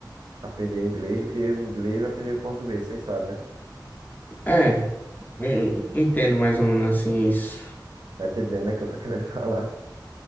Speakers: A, on the right; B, on the left.
A: aprender o inglês do que o inglês aprender o português, vocês sabem, né?
B: É, eu entendo mais ou menos assim isso.
A: Tá entendendo, né, que eu tô querendo <laughs> falar.